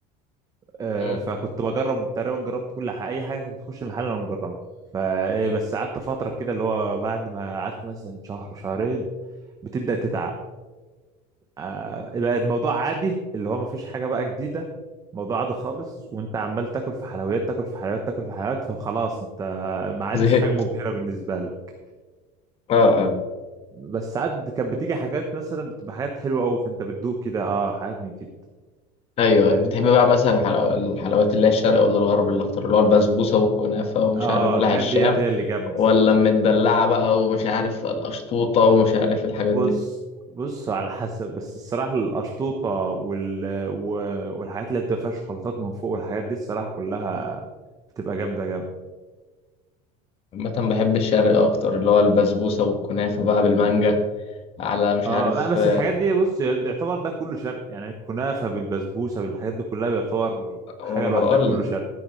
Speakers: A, on the right; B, on the left.
A: آه،
B: مم.
A: فكنت بجرب تقريبا جربت كل حاجه اي حاجه كانت بتخش المحل انا مجربها فايه
B: مم.
A: بس قعدت فتره كده اللي هو بعد ما قعدت مثلا شهر وشهرين بتبدا تتعب آه، بقى الموضوع عادي اللي هو مفيش حاجه بقى جديده الموضوع عادي خالص وانت عمال تاكل في حلويات تاكل في حلويات تاكل في حلويات فخلاص انت ما عادش
B: زهقت
A: حاجه مبهره بالنسبه لك
B: اه اه
A: بس ساعات كانت بتيجي حاجات مثلا بتبقى حاجات حلوه قوي فانت بتدوق كده اه حاجات من كده
B: ايوه
A: فاهمني؟
B: بتحب بقى مثلا حلو... الحلويات اللي هي الشرق ولا الغرب اللي اختار اللي هو البسبوسة والكنافة ومش
A: اه
B: عارف بلح
A: الحاجات
B: الشام
A: ديت هي اللي جامدة
B: ولا المدلعة بقى ومش عارف القشطوطة ومش عارف الحاجات
A: بص
B: دي
A: بص على حسب بس الصراحة القشطوطة وال... و... والحاجات اللي بتبقى فيها شوكولاتات من فوق والحاجات دي الصراحة كلها بتبقى جامدة جامدة
B: عامة بحب الشرق اكتر اللي هو البسبوسة والكنافة بقى بالمانجا على مش
A: اه
B: عارف
A: لا بس
B: آه،
A: الحاجات دي بص يعتبر ده كله شرق يعني الكنافة بالبسبوسة بالحاجات دي كلها بيعتبر
B: وانا
A: حاجة لوحدها
B: بقول
A: كله شرق